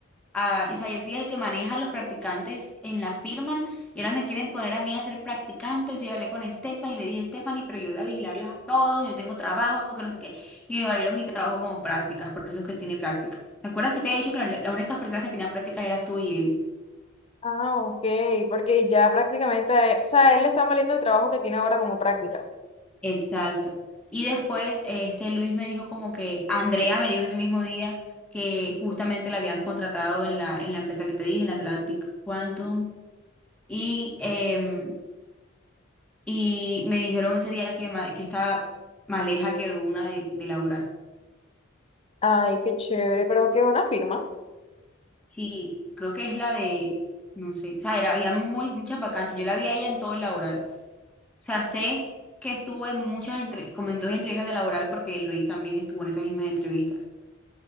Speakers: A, in the centre; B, on the left.
A: a, y, o sea, yo soy el que maneja a los practicantes en la firma y ahora me quieren poner a mí a ser practicante. O sea, yo hablé con Stephanie y le dije, Stephanie, pero yo voy a vigilarlos a todos, yo tengo trabajo, que no sé qué. Y me valieron mi trabajo como prácticas, por eso es que él tiene prácticas. ¿Te acuerdas que te había dicho que la- las únicas personas que tenían prácticas eras tú y él?
B: Ah, ok, porque ya prácticamente, a él- o sea, a él le está valiendo el trabajo que tiene ahora como práctica.
A: Exacto. Y después eh, este Luis me dijo como que Andrea me dijo ese mismo día que justamente la habían contratado en la, en la empresa que te dije, en Atlantic Quantum. Y em, Y me dijeron ese día que, ma- que esta maleja quedó una de, de laboral.
B: Ay, qué chévere, pero qué buena firma.
A: Sí, creo que es la de, no sé, o sea, era, había muy, muchas vacantes. Yo la vi a ella en todo el laboral. O sea, sé que estuvo en muchas, entre, como en dos entrevistas de laboral porque Luis también estuvo en esas mismas entrevistas.